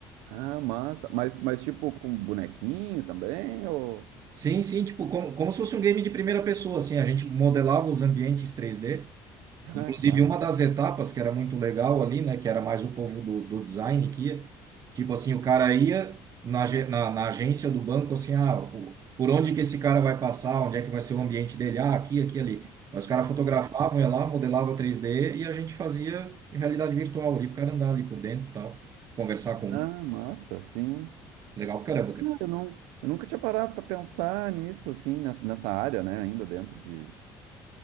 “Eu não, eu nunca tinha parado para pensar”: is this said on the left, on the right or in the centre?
Right